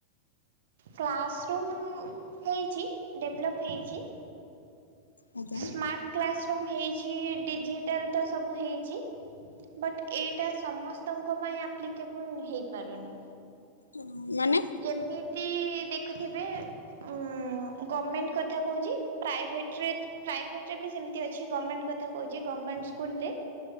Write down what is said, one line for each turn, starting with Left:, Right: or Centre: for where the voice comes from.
Right: କ୍ଲାସ୍ ରୁମ୍ ହେଇଚି ଡେଭ୍ଲପ୍ ହେଇଚି।
Left: ଆଜ୍ଞା
Right: ସ୍ମାର୍ଟ କ୍ଲାସ୍ ରୁମ୍ ହେଇଚି ଡିଜିଟାଲ୍ ତ ସବୁ ହେଇଚି। ବଟ୍ ଏଇଟା ସମସ୍ତଙ୍କ ପାଇଁ ଆପ୍ଲିକେବୁଲ୍ ହେଇପାରୁନି।
Left: ହଁ ମାନେ?
Right: ଯେମିତି ଦେଖୁଥିବେ ଉଁ ଗରର୍ଣମେଣ୍ଟ କଥା କହୁଚି ପ୍ରାଇଭେଟ୍ ରେ ପ୍ରାଇଭେଟ୍ରେ ବି ସେମିତି ଅଛି ଗର୍ମେଣ୍ଟ କଥା କହୁଚି ଗଭର୍ଣ୍ଣମେଣ୍ଟ ସ୍କୁଲ ରେ